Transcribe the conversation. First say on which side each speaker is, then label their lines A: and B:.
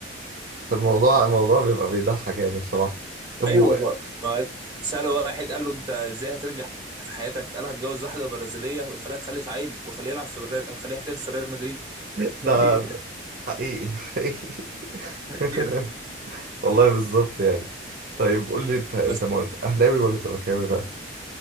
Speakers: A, on the right; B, on the right.
A: فالموضوع الموضوع بيبقى بيضحك يعني بصراحة طب
B: ايوه
A: و... <laughs>
B: بقى ما سأله واحد قال له انت ازاي هتنجح في حياتك قال له هتجوز واحده برازيليه وخليها تخلف عيل وخليه يلعب في برا... خليه يحترف في ريال مدريد
A: ده ده
B: <laughs>
A: حقيقي حقيقي
B: هي
A: <laughs>
B: ده
A: والله بالظبط يعني طيب قول لي انت انت
B: بس
A: مول- اهلاوي ولا زملكاوي بقى